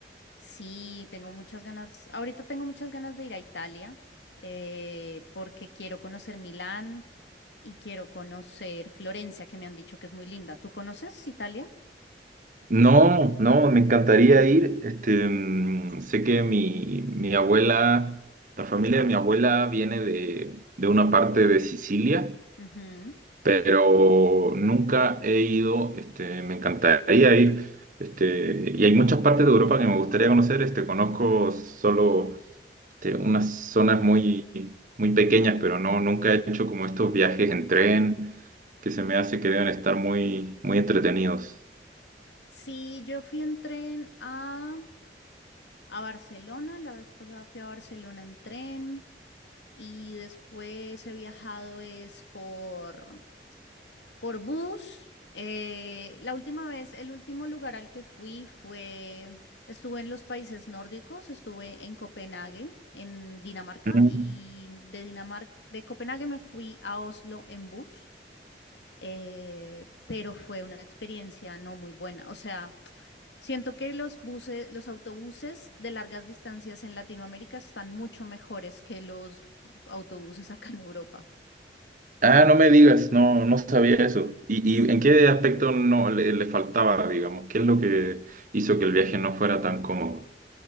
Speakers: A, on the left; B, on the right.
A: Sí, tengo muchas ganas, ahorita tengo muchas ganas de ir a Italia eh, porque quiero conocer Milán y quiero conocer Florencia, que me han dicho que es muy linda. ¿Tú conoces Italia?
B: No, no, me encantaría ir. Este, mm, sé que mi, mi abuela, la familia de mi abuela viene de, de una parte de Sicilia,
A: Ujú.
B: pero nunca he ido. Este, me encantaría ir. Este, y hay muchas partes de Europa que me gustaría conocer. Este, conozco solo este, unas zonas muy, muy pequeñas, pero no, nunca he hecho como estos viajes en tren que se me hace que deben estar muy, muy entretenidos.
A: Sí, yo fui en tren a, a Barcelona, la vez pasada fui a Barcelona en tren y después he viajado es por, Por bus, eh, la última vez, el último lugar al que fui fue, estuve en los países nórdicos, estuve en Copenhague, en Dinamarca,
B: Mm.
A: y de Dinamarca, de Copenhague me fui a Oslo en bus, eh, pero fue una experiencia no muy buena. O sea, siento que los buses, los autobuses de largas distancias en Latinoamérica están mucho mejores que los autobuses acá en Europa.
B: Ah, no me digas, no, no sabía eso. ¿Y,
A: Sí.
B: y en qué aspecto no le, le faltaba, digamos? ¿Qué es lo que hizo que el viaje no fuera tan cómodo?